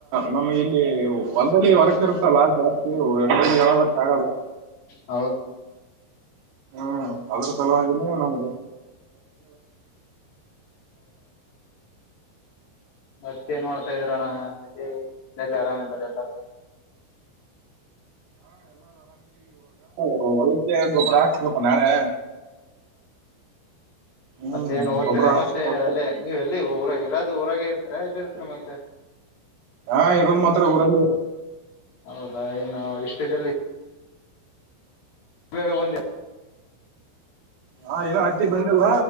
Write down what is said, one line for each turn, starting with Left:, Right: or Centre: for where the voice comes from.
Right: ನಮ್ ಇಲ್ಲಿ ಹೊಲ್ದಲ್ಲಿ ಹೊರಕ್ ಇರ್ತಲ್ಲ ಜಾಸ್ತಿಬೇಕ ಆಗಲ್ಲ
Left: ಹೌದ
Right: ಹ್ಮ್ ಅದ್ರ ಸಲವಾಗಿನ ನಮ್ಗೆ.
Left: ಮತ್ತ ಏನ್ ಮಾಡ್ತಾ ಇದೀರಣ್ಣ ಎಲ್ಲಿ <inaudible> ಮನೆಯಲ್ಲಿ ಆರಾಮಾರೆ ಎಲ್ಲಾರ
Right: ಓ ಒಳ್ಳ ಗೊಬ್ಬುರ ಹಾಕ್ಸ್ಬೇಕು ನಾಳೆ ಹ್ಮ್
Left: ಮತ್ತ ಏನ್ ಓದ್ತರ
Right: ಗೊಬ್ಬರ ಹಾಕ್ಸ್ಬೇಕು
Left: ಮತ್ತೆ ಅಲ್ಲೇ ನೀವ ಎಲ್ಲಿ ಊರ ಅದು ಹೊರಗೆ ಇರ್ತರ ಇಲ್ಲಿ ಇರ್ತರಿ ಮತ್ತೆ
Right: ಹಾ ಇರೋದ್ ಮಾತ್ರ ಊರಲ್ಲಿ
Left: ಹೌದಾ ಏನು ಎಷ್ಟೇಜಲ್ಲಿ ಬೇಗ ಬಂದೆ
Right: ಹಾ ಏನೋ ಹತ್ತಿ ಬಂದಲ್